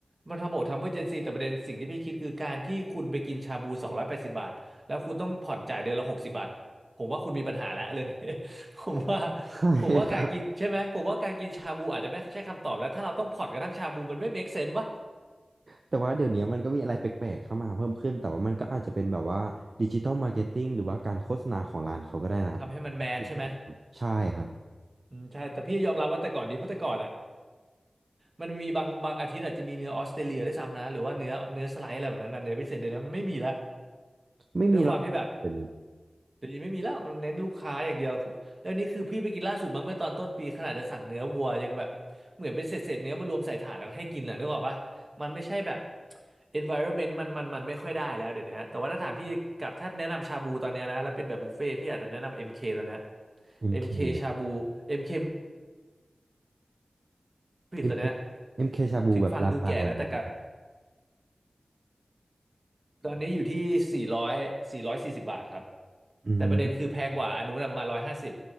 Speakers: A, on the right; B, on the right.
A: มันทำบอกทำเพื่อเจนซีแต่ประเด็นสิ่งที่พี่คิดคือการที่คุณไปกินชาบูสองร้อยแปดสิบบาทแล้วคุณต้องผ่อนจ่ายเดือนละหกสิบบาทผมว่าคุณมีปัญหาแล้วเรื่อง <laughs> นี้ <laughs> ผมว่า
B: <laughs> ใช่ครับ
A: ผมว่าการกินใช่ไหมผมว่าการกินชาบูอาจจะไม่ใช่คำตอบแล้วถ้าเราต้องผ่อนกระทั่งชาบูมันไม่ make sense วะ
B: แต่ว่าเดี๋ยวนี้มันก็มีอะไรแปลกๆเข้ามาเพิ่มขึ้นแต่ว่ามันก็อาจจะเป็นแบบว่าดิจิ t a ลมาร์เก็ตติ้งหรือว่าการโฆษณาของร้านเขาก็ได้นะครับก็คือ
A: ทำให้มันแมสใช่ไหม
B: ใช่ครับ
A: อืมใช่แต่พี่ยอมรับว่าแต่ก่อนดีเพราะแต่ก่อนอ่ะมันมีบางบางอาทิตย์อาจจะมีเนื้อออสเตรเลียด้วยซ้ำนะหรือว่าเนื้อเนื้อสไลด์อะไรแบบนั้นนะเนื้อพิเศษเดี๋ยวนี้มันไม่มีละ
B: ไม่มีแล้วเดี๋ยวนี้
A: ด้วยความที่แบบเดี๋ยวนี้ไม่มีแล้วเน้นลูกค้าอย่างเดียวคือแล้วนี่คือพี่ไปกินล่าสุดมาเมื่อตอนต้นปีขนาดจะสั่งเนื้อวัวยังแบบเหมือนเป็นเศษเศษเนื้อมารวมใส่ถาดแล้วก็ให้กินน่ะนึกออกปะมันไม่ใช่แบบ environment มันมันมันไม่ค่อยได้แล้วเดี๋ยวนี้แต่ว่าถ้าถามพี่กับถ้าแนะนำชาบูตอนเนี้ยนะแล้วเป็นแบบบุฟเฟ่ต์พี่อาจจะแนะนำเอ็มเคตอนเนี้ย
B: เ k ็
A: เอ็มเคชาบูเอ็มเค
B: k เค
A: ผลิตตัวเนี้ย
B: เอ็มเคเอ็มเคชาบูแบบราคาแรงไหมครับผม
A: ถึงฟังดูแก่นะแต่กับตอนนี้อยู่ที่สี่ร้อยสี่ร้อยสี่สิบบาทครับ
B: อืม
A: แต่ประเด็นคือแพงกว่าอันนู้นนะประมาณร้อยห้าสิบ